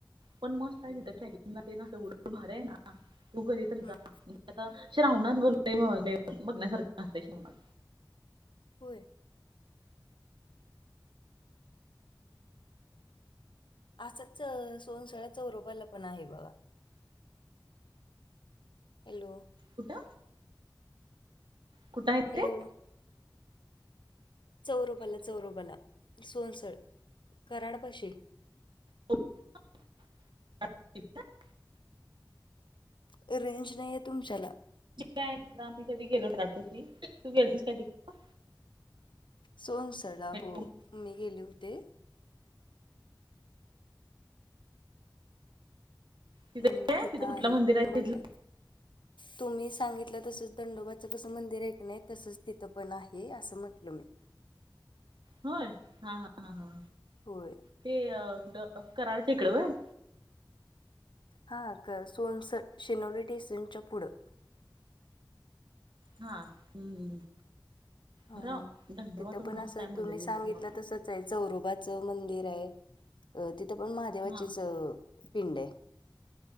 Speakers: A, on the right; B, on the left.
A: पण मस्त आहे तिथं ट्रॅकिंगला तेन एवढ भारी आहे ना तू कधी तरी
B: हम्म
A: जा. आता श्रावणात <unintelligible> बघण्यासारखे असतंय श्रवणात.
B: होय. असंच सोनसळ्या चौरोबाला पण आहे बघा. हॅलो.
A: कुठं? कुठे आहेेत
B: हॅलो
A: ते.
B: चौरोपाला चौरोबाला, सवनसळ कराडपाशी.
A: <inaudible>
B: रेंज नाही, आहे तुमच्याला.
A: काय आम्ही कधी गेलो <unintelligible> तू गेलतीस काय तिकडं?
B: सोनसरला
A: तिकडे
B: हो मी गेले होते.
A: तिथे
B: हम्म तिथं
A: तिथे कुठलं, मंदिर आहे
B: बघण्या
A: तिथलं.
B: तुम्ही सांगितलं तसंच दंडोबाचं कसं, मंदिर ऐक नाही तसच तिथं पण आहे असं म्हटलं मी.
A: होय, हा हा हा हा.
B: होय
A: ते कुठं कराड च्या इकडं व्हयं.
B: हा हा. सोनस शेनोली डेसनच्या पुढं.
A: हा हम्म्
B: हां
A: खर दंड
B: तिथं
A: वाच म
B: पण
A: मस्त
B: असं
A: आहे मंदिर
B: तुम्ही
A: तिथं
B: सांगितलं
A: मग.
B: तसंच चौरोबाचं मंदिर आहे. तिथं पण महादेवाचीच
A: हा
B: पिंड ये.